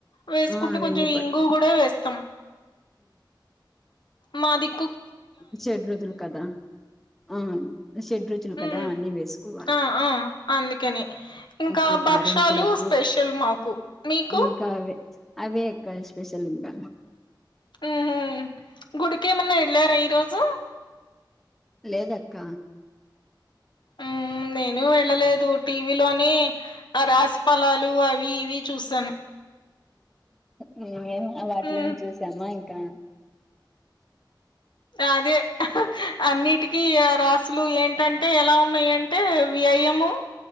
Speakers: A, on the left; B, in the centre.
A: వేసుకుంటే
B: ఆ
A: కొంచెం
B: వెన్ని పట్
A: ఇంగు కూడా వేస్తాం. మాది
B: చెషడ్రుజులు కదా ఆ చెషడ్రుచులు
A: ఉమ్,
B: కదా అన్నిీ వేసుకోవాలి
A: ఆ ఆ అందుకని ఇంకా
B: ఉప్పు, కారం,
A: భక్షాలు
B: పులుపు,
A: స్పెషల్ మాకు మీకు
B: ఇంకా అవే అవే ఇంకా స్పెషల్ గానే
A: ఊహూ గుడికే మన్న వెళ్ళార ఇ రోజు
B: లేదక్క
A: హ్మ్ నేను వెళ్ళలేదు టీవీలోనే ఆ రాసిఫలాలు అవి ఇవి చూసాను
B: నేను వాటిలో
A: ఉమ్.
B: చూసామా ఇంకా
A: అదే అన్నిటికీ రాసులు ఏంటి టంటే ఎలా ఉన్నాయి అంటే వ్యయము